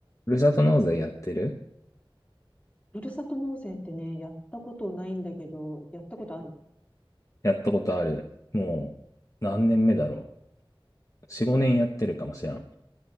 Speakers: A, on the left; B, on the left.
A: ふるさと納税やってる
B: ふるさと納税ってね、やったことないんだけど、やったことある
A: やったことある。もう、何年目だろう。4、5年やってるかもしらん。